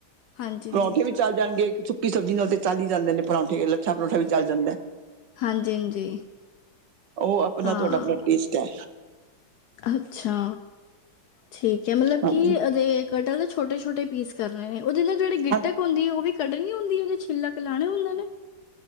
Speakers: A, on the left (about 75°); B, on the right (about 65°).
A: ਹਾਂਜੀ
B: ਪਰੌਂਠੇ
A: ਹਾਂਜੀ
B: ਵੀ ਚੱਲ ਜਾਣਗੇ। ਸੁੱਕੀ ਸਬਜ਼ੀ ਨਾਲ ਤੇ ਚੱਲ ਹੀ ਜਾਂਦੇ ਨੇ ਪਰੌਂਠੇ, ਲੱਛਾ ਪਰੌਂਠਾ ਵੀ ਚੱਲ ਜਾਂਦਾ ਹੈ।
A: ਹਾਂਜੀ, ਹਾਂਜੀ।
B: ਉਹ ਆਪਣਾ
A: ਹਾਂ
B: ਤੁਹਾਡਾ ਆਪਣਾ ਟੇਸਟ ਹੈ।
A: ਅੱਛਾ, ਠੀਕ ਹੈ। ਮਤਲਬ
B: ਹਾਂਜੀ
A: ਕਿ ਅਦੇ ਕਟਕ ਦੇ ਛੋਟੇ-ਛੋਟੇ ਪੀਸ ਕਰਨੇ ਨੇ ਉਹਦੇ ਨਾਲ ਜਿਹੜੀ ਗਿੱਟਕ
B: ਹਾਂ
A: ਹੁੰਦੀ ਉਹ ਵੀ ਕੱਢਣੀ ਹੁੰਦੀ ਹੈ ਜਾਂ ਛਿੱਲਕ ਲਾਣੇ ਹੁੰਦੇ ਨੇ।